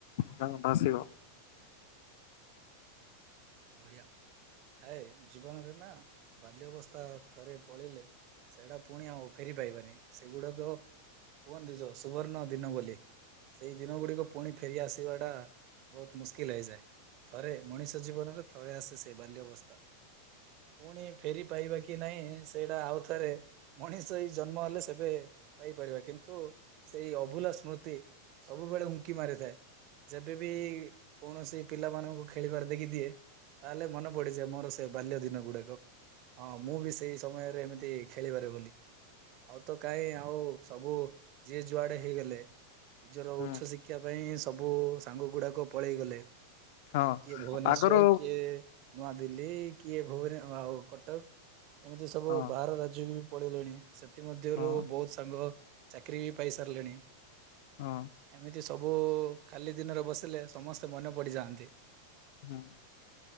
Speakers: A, on the left; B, on the right.
A: ହ ଭାସିବ।
B: ବଢିଆ ଥାଏ ଜୀବନରେ ନା ବାଲ୍ୟ ଅବସ୍ଥା ଥରେ ପଳେଇଲେ। ସେଇଡା ପୁଣି ଆଉ ଫେରି ପାଇବାନି ସେଗୁଡାକ କୁହନ୍ତି ଯ ସୁବର୍ଣ୍ଣ ଦିନ ବୋଲି। ସେଇ ଦିନ ଗୁଡିକ ପୁଣି ଫେରିଆସିବାଟା ବହୁତ୍ ମୁସ୍କିଲ୍ ହେଇଯାଏ। ଥରେ ମଣିଷ ଜୀବନରେ ଥରେ ଆସେ ସେ ବାଲ୍ୟ ଅବସ୍ଥା। ପୁଣି ଫେରି ପାଇବା କି ନାହିଁ ସେଇଟା ଆଉ ଥରେ ମଣିଷ ହେଇ ଜନ୍ମ ହେଲେ ସେବେ ପାଇପାରିବା କିନ୍ତୁ ସେଇ ଅଭୁଲା ସ୍ମୃତି ସବୁବେଳେ ଉଙ୍କି ମାରିଥାଏ। ଯେବେବି କୌଣସି ପିଲାମାନଙ୍କୁ ଖେଳିବାର ଦେଖିଥିଏ। ତାହେଲେ ମନେ ପଡିଯାଏ ମୋର ସେ ବାଲ୍ୟ ଦିନ ଗୁଡାକ। ହଁ ମୁଁ ବି ସେଇ ସମୟରେ ଏମିତି ଖେଳିପାରେ ବୋଲି। ଆଉ ତ କାହିଁ ଆଉ ସବୁ ଯିଏ ଯୁଆଡେ ହେଇଗଲେ। ନିଜର
A: ହୁଁ।
B: ଉଚ୍ଚ ଶିକ୍ଷା ପାଇଁ ସବୁ ସାଙ୍ଗଗୁଡାକ ପଳେଇ ଗଲେ।
A: ହଁ
B: କିଏ ଭୁବନେଶ୍ଵର୍
A: ଆଗରୁ
B: କିଏ ନୂଆଦିଲ୍ଲୀ କିଏ ଭୁବନ୍ ଆଉ କଟକ। ଏମିତି ସବୁ
A: ହଁ
B: ବାହାର ରାଜ୍ୟକୁ ବି ପଳେଇଲେଣି ସେଥିମଧ୍ୟରୁ
A: ହଁ
B: ବହୁତ୍ ସାଙ୍ଗ। ଚାକିରିବି ପାଇସାରିଲେଣି।
A: ହଁ।
B: ଏମିତି ସବୁ ଖାଲି ଦିନରେ ବସିଲେ ସମସ୍ତେ ମନେ ପଡିଯାଆନ୍ତି।
A: ହଁ।